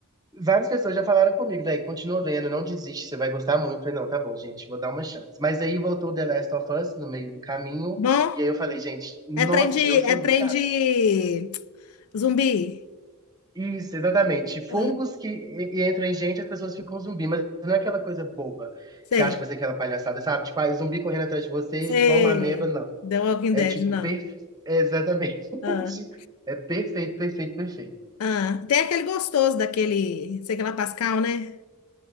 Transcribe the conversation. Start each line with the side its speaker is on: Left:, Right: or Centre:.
Right: Várias pessoas já falaram comigo, velho, continua vendo, não desiste, você vai gostar muito. Eu falei, não, tá bom, gente, vou dar uma chance. Mas aí voltou The Last of Us no meio do caminho,
Left: Bom,
Right: e aí eu falei, gente, nossa,
Left: é trem de,
Right: eu sou
Left: é trem
Right: viciado.
Left: de zumbi.
Right: Isso, exatamente.
Left: Ah,
Right: Fungos que e- e entram em gente, as pessoas ficam zumbi, mas não é aquela coisa boba
Left: sei,
Right: que você acha que vai ser aquela palhaçada, sabe? Tipo, ah, é zumbi correndo atrás de você
Left: sei.
Right: igual uma ameba, não.
Left: The Walking
Right: É
Left: Dead,
Right: tipo,
Left: não.
Right: perfe... é, exatamente. <laughs>
Left: Ah,
Right: É perfeito, perfeito, perfeito.
Left: ah. Tem aquele gostoso daquele, sei que lá, Pascal, né?